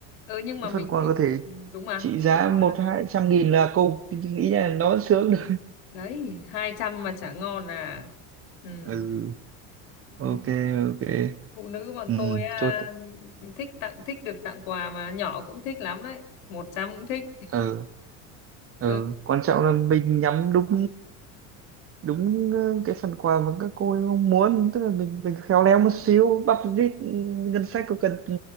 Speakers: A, on the left; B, on the right.
A: ừ nhưng mà
B: Cái
A: mình
B: phần quà
A: kiểu
B: có thể
A: ừ, đúng mà
B: trị
A: cứ
B: giá
A: được quà
B: một
A: là- thích.
B: hai trăm nghìn là cùng thì nghĩ là nó vẫn sướng được
A: đấy 200 mà chả ngon à ừ.
B: <laughs> ừ
A: ừ.
B: ok ok
A: phụ nữ bọn
B: ừ
A: tôi à,
B: tốt
A: thích tặng thích được tặng quà mà nhỏ cũng thích lắm đấy 100 cũng thích
B: ừ ừ,
A: ừ,
B: quan trọng là mình nhắm đúng đúng ờ, cái phần quà mà các cô ấy mong muốn tức là mình mình khéo léo một xíu bắp rít ừ, ngân sách có cần ừ,